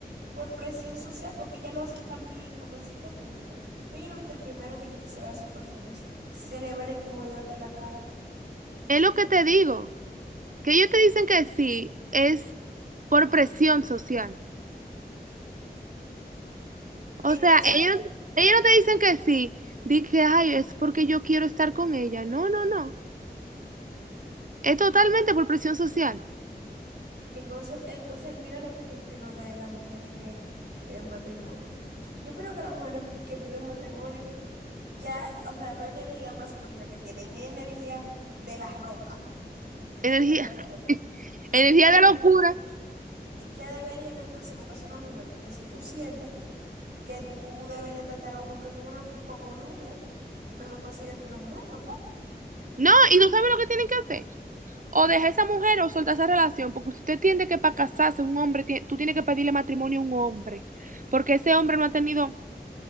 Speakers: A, on the right (about 85°); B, on the right (about 50°).
A: por presión social, porque ya lo hacen tan bien como en sitio público. Pero yo no he visto el primero de que, que se vea súper feliz. Se le ve la incomodidad en la cara.
B: Es lo que te digo. Que ellos te dicen que sí, es por presión social. O
A: Entonces,
B: sea, ellos, no- ellos no te dicen que sí. Di que, ay, es porque yo quiero estar con ella. No, no, no. Es totalmente por presión social.
A: entonces, entonces, mira lo que yo opino de las mujeres que piden matrimonio. Yo opino que las mujeres que piden matrimonio, ya, o sea, no es energía masculina que tienen, es energía de la roca, de ese
B: Energía,
A: hombre
B: <laughs>
A: fuerte. Y
B: energía
A: que ya,
B: de locura.
A: y que ya deberían entonces buscarse una mujer, porque si tú sientes que tú deberías tratar a un hombre como una, como una mujer, mejor consíguete una mujer, más fácil.
B: No, y tú sabes lo que tienen que hacer. O deja a esa mujer o suelta esa relación, porque usted entiende que para casarse un hombre, tie- tú tienes que pedirle matrimonio a un hombre, porque ese hombre no ha tenido